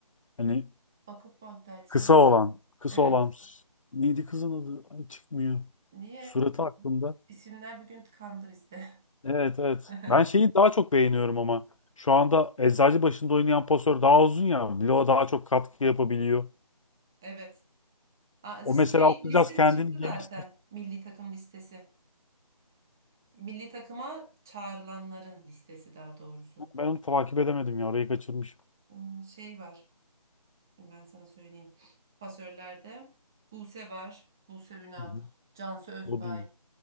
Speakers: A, on the left (about 55°); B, in the centre.
A: Hani
B: Vakıf Bank'taydı sanırım.
A: kısa olan. Kısa
B: Evet.
A: olan. Neydi kızın adı? Ay çıkmıyor.
B: Niye?
A: Suratı aklımda.
B: İsimler bugün tıkandı bizde.
A: Evet evet.
B: <laughs>
A: Ben şeyi daha çok beğeniyorum ama. Şu anda eczacı başında oynayan pasör daha uzun ya. Bloğa daha çok katkı yapabiliyor.
B: Evet. Aa,
A: O
B: Şey
A: mesela okuyacağız
B: listesi
A: kendini
B: çıktı
A: geliştir.
B: zaten. Milli takım listesi. Milli takıma çağrılanların listesi daha doğrusu.
A: Ben onu takip edemedim ya. Orayı kaçırmışım.
B: Hmm, Şey var. Ben sana söyleyeyim. Pasörlerde Buse var. Buse Ünal.
A: Hı hı.
B: Cansu Özbay.
A: O değil.